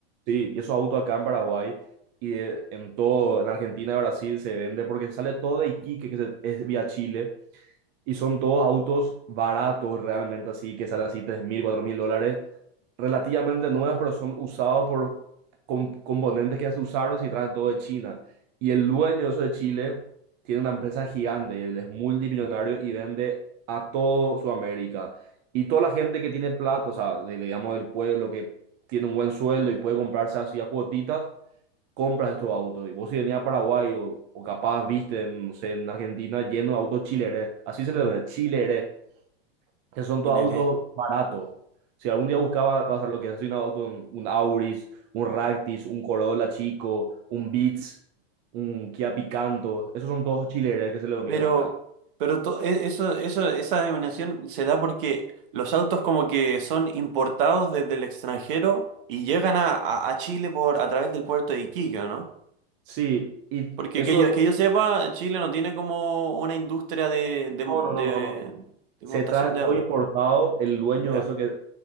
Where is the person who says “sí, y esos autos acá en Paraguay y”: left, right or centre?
Right